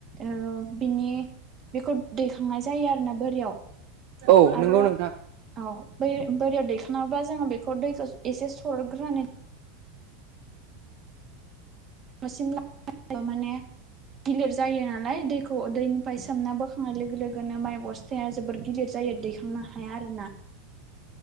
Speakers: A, on the right (about 30°); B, on the right (about 60°).
A: ओ बिनि बेखौ दैखांनाय जायो आरोना बोरियाव
B: औ नंगौ
A: आरो
B: नोंथां
A: औ बै बोरियाव दैखाङोबा जोङो बेखौ दैखौ एसे सरदग्रोनानै बर <inaudible> माने गिलिर जायो नालाय दैखौ दैनिफाय सोमना बोखांनाय लोगो लोगोनो माइ बस्थाया जोबोर गिलिर जा दैखांनो हाया आरोना